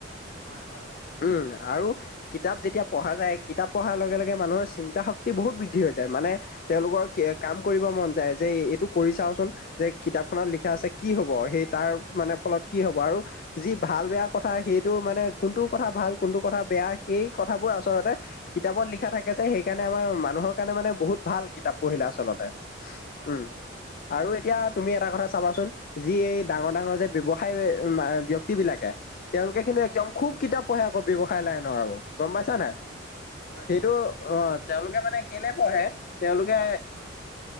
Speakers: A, on the left; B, on the left.
A: অ হয় হয় পাইছো।
B: উম আৰু কিতাপ যেতিয়া পঢ়া যায় কিতাপ পঢ়াৰ লগে লগে মানুহৰ চিন্তা শক্তি বহুত বৃদ্ধি হৈ যায় মানে তেওঁলোকৰ কে কাম কৰিব মন যায় যে এইটো কৰি চাওচোন। যে কিতাপখনত লিখা আছে কি হব সেই তাৰ মানে ফলত কি হব আৰু যি ভাল বেয়া কথা সেইটো মানে কোনটো কথা ভাল কোনটো কথা বেয়া সেই কথাবোৰ আচলতে কিতাপত লিখা থাকে যে সেইকাৰণে আমাৰ মানুহৰ কাৰণে মানে বহুত ভাল কিতাপ পঢ়িলে আচলতে।
A: হয়
B: উম
A: হয়।
B: আৰু এতিয়া তুমি এটা কথা চাবাচোন যি এই ডাঙৰ ডাঙৰ যে ব্যৱসায় ব্যক্তিবিলাকে তেওঁলোকে কিন্তু একদম খুব কিতাপ পঢ়ে আকৌ ব্যৱসায় লাইনৰ আকৌ। গম পাইছা নায়?
A: হয়
B: সেইটো
A: হয় পাইছো
B: অ তেওঁলোকে মানে কেনে পঢ়ে তেওঁলোকে